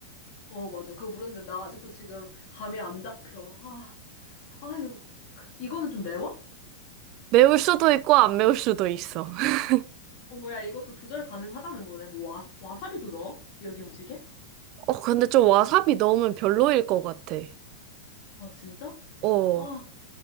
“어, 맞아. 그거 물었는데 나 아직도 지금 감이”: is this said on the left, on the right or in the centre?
Left